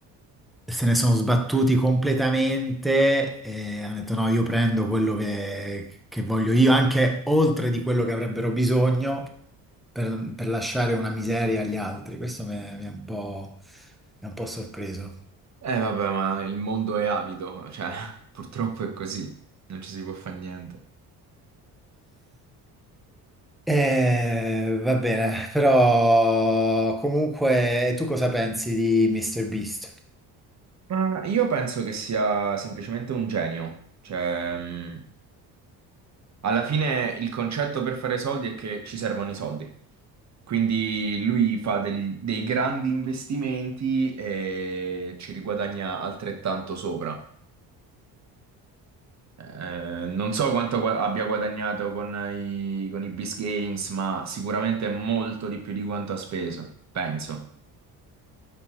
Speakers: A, in the centre; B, on the right.
A: se ne sono sbattuti completamente e hanno detto no, io prendo quello che, che voglio io, anche oltre di quello che avrebbero bisogno per, per lasciare una miseria agli altri. Questo mi mi ha un po', mi ha un po' sorpreso.
B: Eh, vabbè, ma il mondo è avido, cioè, <laughs> purtroppo è così. Non ci si può fare niente.
A: Eh, va bene, però comunque tu cosa pensi di Mr. Beast?
B: Ma io penso che sia semplicemente un genio. Cioè, mh, alla fine il concetto per fare soldi è che ci servono i soldi. Quindi lui fa del- dei grandi investimenti e ci riguadagna altrettanto sopra. Eh, non so quanto gua- abbia guadagnato con i, con i Beast Games, ma sicuramente molto di più di quanto ha speso, penso.